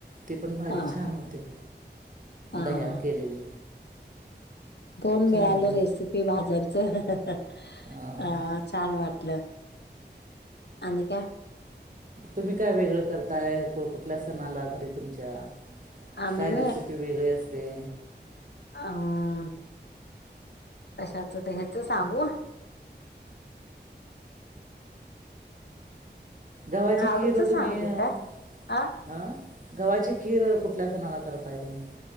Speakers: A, on the right (about 50°); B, on the left (about 70°).
A: ती पण भाजी
B: हा हा
A: छान होते
B: हा
A: दह्यात
B: हा
A: केलेली.
B: मिळालन
A: छान होते
B: रेसिपी भाज्यांचं अ
A: अं,
B: छान वाटलं आणि काय?
A: तुम्ही काय वेगळं करताय कु-कुठल्या सणाला घरी तुमच्या?
B: आम्ही
A: काय रेसिपी वेगळी असते?
B: अं अशाच ते ह्याच सांगू?
A: गव्हाची
B: लाडूच
A: खीर तुम्ही
B: सांगू
A: अं
B: काय हा
A: गव्हाची खीर कुठल्या सणाला करताय तुम्ही?